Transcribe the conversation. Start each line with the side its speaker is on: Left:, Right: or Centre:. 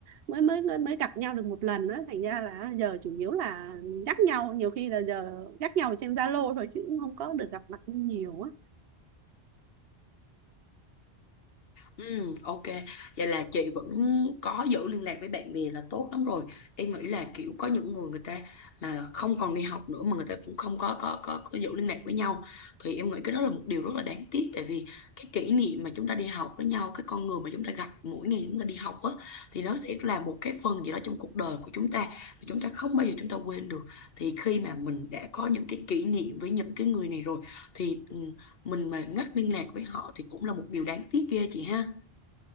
Right: mới mới mới, mới gặp nhau được một lần đó thành ra là giờ chủ yếu là nhắc nhau nhiều khi là giờ nhắc nhau trên Zalo thôi chứ cũng không có được gặp mặt nhiều á
Left: Ừ, ok. Vậy là chị vẫn có giữ liên lạc với bạn bè là tốt lắm rồi. Em nghĩ là kiểu có những người người ta mà không còn đi học nữa mà người ta cũng không có có có, có giữ liên lạc với nhau thì em nghĩ cái đó là một điều rất là đáng tiếc tại vì cái kỷ niệm mà chúng ta đi học với nhau, cái con người mà chúng ta gặp mỗi ngày chúng ta đi học á thì nó sẽ là một cái phần gì đó trong cuộc đời của chúng ta mà chúng ta không bao giờ chúng ta quên được. Thì khi mà mình đã có những cái kỷ niệm với những cái người này rồi thì ừ, mình mà ngắt liên lạc với họ thì cũng là một điều đáng tiếc ghê chị ha.